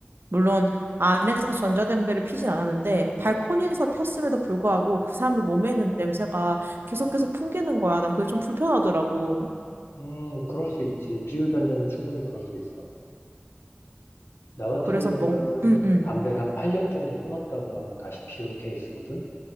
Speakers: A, on the right; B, on the left.
A: 물론 안에서 전자담배를 피진 않았는데 발코니에서 폈음에도 불구하고 그 사람들 몸에 있는 냄새가 계속해서 풍기는 거야. 난 그게 좀 불편하더라고.
B: 음, 그럴 수 있지. 비율 변제는 충분히 그럴 수 있어. 나 같은
A: 그래서
B: 경우는
A: 뭔, 응 응,
B: 담배를 한 8년 정도 끊었다가 다시 피운 케이스거든.